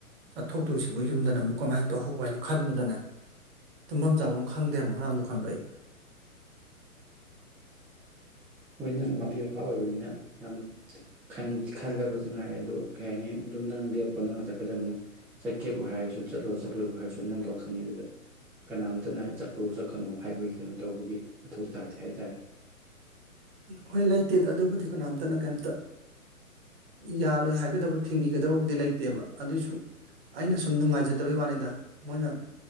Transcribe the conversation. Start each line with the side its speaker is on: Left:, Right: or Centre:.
Right: ꯆꯠꯊꯣꯛꯇꯣꯏꯁꯤꯕꯨ ꯌꯨꯝꯗꯅ ꯑꯃꯨꯛ ꯀꯃꯥꯏꯅ ꯇꯧꯍꯧꯕ ꯍꯥꯏꯅ ꯈꯟꯕꯗꯅꯦ ꯇꯨꯝꯐꯝ ꯆꯥꯐꯝ ꯑꯃ ꯈꯪꯗꯦꯕ ꯉꯔꯥꯡꯁꯨ ꯈꯪꯕ꯭ꯔ ꯑꯩꯩꯅ <unintelligible>
Centre: ꯃꯣꯏꯅ ꯃꯄꯤ ꯃꯄꯥ ꯑꯣꯏꯕꯅꯤꯅ ꯌꯥꯝ ꯈꯟ ꯈꯜꯂꯕꯁꯨ ꯉꯥꯏꯔꯦ ꯑꯗꯨꯣ ꯀꯩ ꯍꯥꯏꯅꯤ ꯑꯗꯨꯝ ꯅꯪꯗꯦꯄꯣꯠ ꯅꯪꯒ ꯆꯠꯀꯗꯕꯅꯤꯅ ꯆꯠꯀꯦꯕꯨ ꯍꯥꯏꯔꯁꯨ ꯆꯠꯂꯣꯠ ꯆꯠꯂꯣꯏꯕ ꯍꯥꯏꯔꯁꯨ ꯅꯪꯒꯤ ꯋꯥꯈꯟꯅꯤ ꯑꯗꯨꯗ ꯀꯅꯥꯝꯇꯅ ꯆꯠꯂꯨ ꯆꯠꯀꯅꯨ ꯍꯥꯏꯕꯒꯤ ꯀꯩꯅꯣ ꯇꯧꯕꯒꯤ ꯃꯊꯧ ꯇꯥꯗꯦ ꯍꯥꯏ ꯇꯔꯦ
Right: ꯍꯣꯏ ꯂꯩꯇꯦꯗ ꯑꯗꯨꯕꯨꯗꯤ ꯀꯅꯥꯝꯇꯅ ꯀꯩꯝꯇ ꯌꯥꯔꯣꯏ ꯍꯥꯏꯒꯗꯕ ꯊꯤꯡꯕꯤꯒꯗꯕꯕꯨꯗꯤ ꯂꯩꯇꯦꯕ ꯑꯗꯨꯏꯁꯨ ꯑꯩꯅ ꯁꯨꯝ ꯅꯨꯡꯉꯥꯏꯖꯗꯕꯩ ꯋꯥꯔꯤꯗ ꯃꯣꯏꯅ